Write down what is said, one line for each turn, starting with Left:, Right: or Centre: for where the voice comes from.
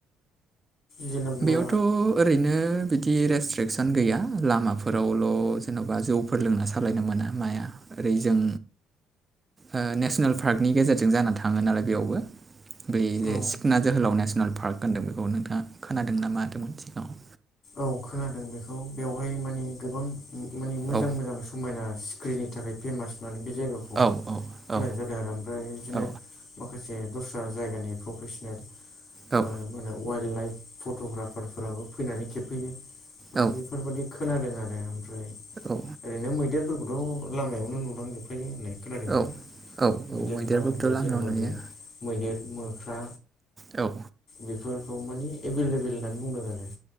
Left: जेनेब्ला
Right: बेयावथ' ओरैनो बिदि रेस्ट्रिकसन गैया, लामाफोरावल' जेन'बा जौ फोर लोंना सालायनो मोना माया ओरै जों ओ नेसनेल पार्कनि गेजेरजों जाना थाङो नालाय बेयावबो। बे जे
Left: औ
Right: सिख्ना जोहोलाव नेसनेल पार्क होनदों बेखौ नोंथाङा खोनादों ना मादोंमोन सिगाङाव?
Left: औ खोनादों बेखौ बेवहाय माने गोबां मा-माने मोजां
Right: औ
Left: मोजां स समायना सिख्रिनि थाखाय फेमास होननानै बे जायगाखौ
Right: औ औ
Left: खोनानाय
Right: औ
Left: जादों आरो ओमफ्राय बिदिनो
Right: औ
Left: माखासे दस्रा जायगानि प्रफेसनेल
Right: औ
Left: मा माहोनो वाइल्ड लाइफ फट'ग्राफारफोराबो फैनानै खेबफैयो। माने
Right: औ
Left: बेफोरबायदि खोनादों आरो ओमफ्राय
Right: औ
Left: ओरैनो मैदेरफोरखौथ' लामायावनो नुलांजोबखायो होननाय। खोनादों
Right: औ
Left: आरो
Right: औ औ
Left: मैदेरफ्रा
Right: मैदेरफोरखौथ'
Left: ओमफ्राय
Right: लामायाव
Left: जेनेबा
Right: नुयो
Left: बे मैदेर मोख्रा
Right: औ।
Left: बेफोरखौ माने एभेलेबेल होननानै बुंदों आरो।